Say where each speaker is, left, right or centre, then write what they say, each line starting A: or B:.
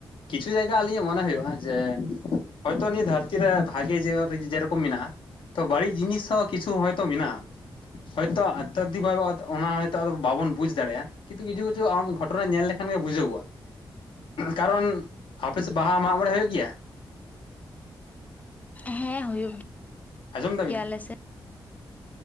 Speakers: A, on the left; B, on the left.
A: ᱠᱤᱪᱷᱩ ᱡᱟᱭᱜᱟ ᱟᱹᱞᱤᱧᱟᱜ ᱢᱚᱱᱮ ᱦᱩᱭᱩᱜᱼᱟ ᱡᱮ ᱦᱚᱭᱛᱚ ᱱᱤᱭᱟᱹ ᱫᱷᱟᱹᱨᱛᱤᱼᱼ ᱵᱦᱤᱛᱤᱨ ᱨᱮ ᱵᱷᱟᱜᱮ ᱡᱮ ᱡᱮᱨᱚᱠᱚᱢ ᱢᱮᱱᱟᱜᱼᱟ ᱛᱚ ᱵᱟᱹᱲᱤᱡ ᱡᱤᱱᱤᱥ ᱦᱚᱸ ᱠᱤᱪᱷᱩ ᱦᱚᱭᱛᱚ ᱢᱮᱱᱟᱜᱼᱟ᱾ ᱦᱚᱭᱛᱚ ᱟᱛᱟᱫᱷᱤᱠ ᱵᱟᱵᱚᱫ ᱚᱱᱟ ᱦᱚᱭᱛ ᱵᱟᱵᱚᱱ ᱵᱩᱡᱽ ᱫᱟᱲᱮᱭᱟᱜᱼᱟ᱾ ᱠᱤᱱᱛᱩ ᱠᱤᱪᱷᱩ ᱠᱤᱪᱷᱩ ᱟᱢᱚ ᱜᱷᱚᱴᱱᱟ ᱧᱮᱞ ᱞᱮᱠᱷᱟᱱ ᱜᱮ ᱵᱩᱡᱚᱜᱼᱟ᱾ ᱠᱟᱨᱚᱱ ᱟᱯᱮ ᱥᱮᱫ ᱵᱟᱦᱟ ᱢᱟᱜ ᱢᱚᱬᱮᱸ ᱦᱩᱭᱩᱜ ᱜᱮᱭᱟ?
B: ᱦᱮᱸ ᱦᱩᱭᱩᱜ
A: ᱟᱸᱡᱚᱢ ᱫᱟᱵᱤᱱ?
B: ᱜᱮᱭᱟ ᱟᱞᱮ